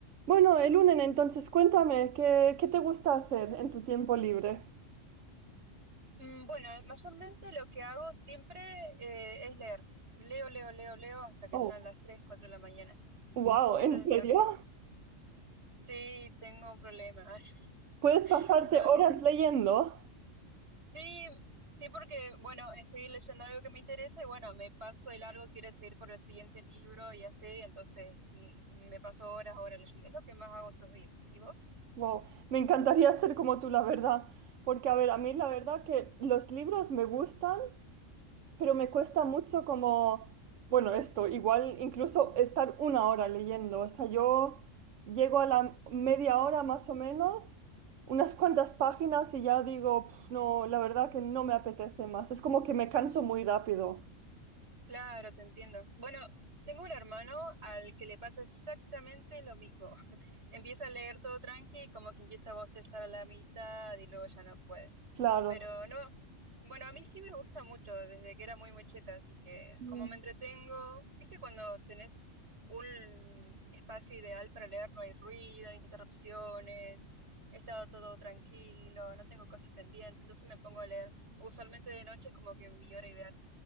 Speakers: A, on the right (about 70°); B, on the right (about 55°).
A: Bueno, el lunes entonces cuéntame, ¿qué, qué te gusta hacer en tu tiempo libre?
B: Mm, Bueno, mayormente lo que hago siempre eh, es leer. Leo, leo, leo, leo hasta que
A: Oh,
B: sean las 3, 4 de la mañana. Mm.
A: wow,
B: Eso
A: ¿en
B: es
A: serio?
B: lo que más. Sí, tengo un problema. <laughs>
A: ¿Puedes pasarte
B: No,
A: horas
B: sí,
A: leyendo?
B: sí, sí, porque, bueno, estoy leyendo algo que me interesa y, bueno, me paso de largo, quiero seguir por el siguiente libro y así, entonces l- me paso horas, horas leyendo. Es lo que más hago estos días. ¿Y vos?
A: Wow, me encantaría ser como tú, la verdad. Porque, a ver, a mí la verdad que los libros me gustan, pero me cuesta mucho como, bueno, esto, igual incluso estar una hora leyendo, o sea, yo llego a la media hora más o menos, unas cuantas páginas y ya digo, "Pf, no, la verdad que no me apetece más, es como que me canso muy rápido,
B: Claro, te entiendo. Bueno, tengo un hermano al que le pasa exactamente lo mismo. empieza a leer todo tranqui y como que empieza a bostezar a la mitad y luego ya no puede.
A: claro.
B: Pero no, bueno, a mí sí me gusta mucho desde que era muy, muy chica, así que
A: Mm,
B: como me entretengo, ¿viste cuando tenés un espacio ideal para leer? No hay ruido, interrupciones, he estado todo tranquilo, no tengo cosas pendientes, entonces me pongo a leer. Usualmente de noche es como que mi hora ideal.